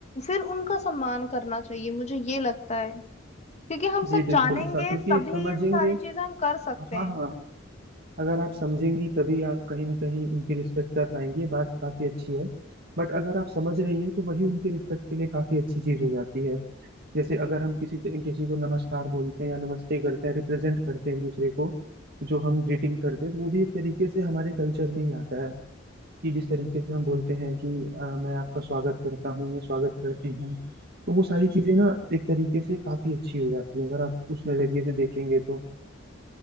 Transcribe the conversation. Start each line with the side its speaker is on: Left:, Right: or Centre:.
Left: फिर उनका सम्मान करना चाहिए मुझे ये लगता है क्योंकि हम सब
Right: जी बिल्कुल
Left: जानेंगे
Right: सर क्योंकि
Left: तभी
Right: समझेंगे
Left: ये सारी चीजें हम कर सकते
Right: हाँ
Left: हैं
Right: हाँ अगर आप समझेंगी तभी आप कहीं ना कहीं उनकी रिस्पेक्ट कर पाएंगी ये बात काफी अच्छी है बट अगर आप समझ रही हैं तो वही उनके रिस्पेक्ट के लिए काफी अच्छी चीज हो जाती है जैसे अगर हम किसी किसी को नमस्कार बोलते हैं या नमस्ते करते हैं रिप्रेजेंट करते हैं एक दूसरे को जो हम ग्रीटिंग करते हैं तो वो भी एक तरीके से हमारे कल्चर में ही आता है कि जिस तरीके से हम बोलते हैं कि अ, मैं आपका स्वागत करता हूँ या स्वागत करती हूँ तो वो सारी चीजें ना एक तरीके से काफी अच्छी हो जाती है अगर आप उस नजरिए से देखेंगे तो